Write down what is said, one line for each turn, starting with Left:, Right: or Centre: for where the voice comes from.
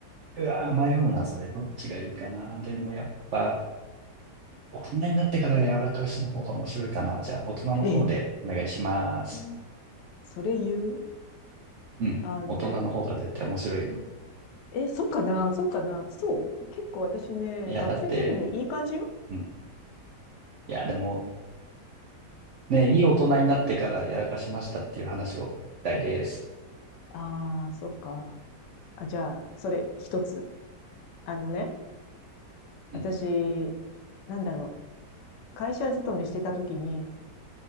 Right: うわー、迷うな、それ。どっちがいいかな。でもやっぱ、大人になってからやらかしの方が面白いかな。じゃあ、大人の方でお願いします。
Left: ええー、それ言う
Right: うん。
Left: あのね。
Right: 大人の方が絶対面白い。
Left: え、そうかなそうかなそう結構私ね、
Right: いや、
Left: 学生の時もいい感じよ
Right: だって、うん。いや、でも、ね、いい大人になってからやらかしましたっていう話をしたいです。
Left: ああ、そっか。あ、じゃあ、それ一つ。あのね、
Right: うん
Left: 私、なんだろう。会社勤めしてた時に、